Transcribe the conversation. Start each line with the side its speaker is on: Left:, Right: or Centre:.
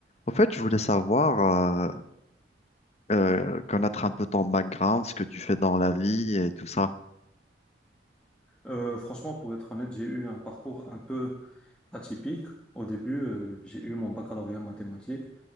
Left: Au fait, je voulais savoir, euh, euh, connaître un peu ton background, ce que tu fais dans la vie et tout ça.
Centre: Euh, franchement, pour être honnête, j'ai eu un parcours un peu atypique. Au début, euh, j'ai eu mon baccalauréat en mathématiques,